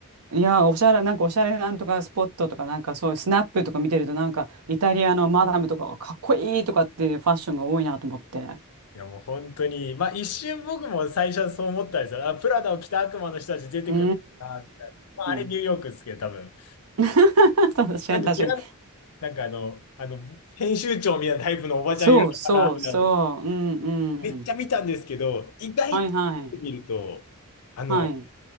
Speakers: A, on the right; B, on the left.
A: いや、おしゃれ、なんかおしゃれなんとかスポットとか、なんかそういうスナップとか見てると、なんかイタリアのマダムとかはかっこいいとかっていうファッションが多いなと思って。
B: いや、もう本当に、まあ一瞬僕も最初はそう思ったんですよ。あ、プラダを着た悪魔の人たち出てくるのかなってまあ、
A: うー
B: あれニューヨークですけど、
A: ん。
B: 多分。
A: <laughs> 確かに、
B: なんでミラ
A: 確かに。
B: なんかあの、あの、編集長みたいなタイプのおばちゃんいるのかなみたいな
A: そうそうそう。うん
B: めっちゃ見たんですけど、
A: うん。
B: 意外と見ると、
A: はいはい。
B: あの、
A: はい。